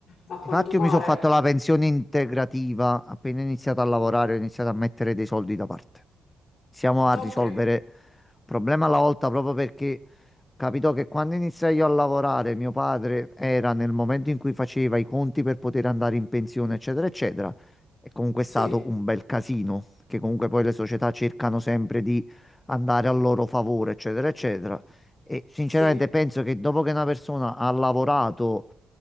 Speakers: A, on the left; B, on the left.
A: a quanto
B: Difatti
A: pare...
B: io mi sono fatto la pensione integrativa, appena iniziato a lavorare ho iniziato a mettere dei soldi da parte. siamo a
A: Ok,
B: risolvere un problema alla volta proprio perché capito che quando iniziai io a lavorare, mio padre era nel momento in cui faceva i conti per poter andare in pensione, eccetera, eccetera. È comunque stato
A: sì,
B: un bel casino, che comunque poi le società cercano sempre di andare a loro favore, eccetera, eccetera. E sinceramente
A: sì,
B: penso che dopo che una persona ha lavorato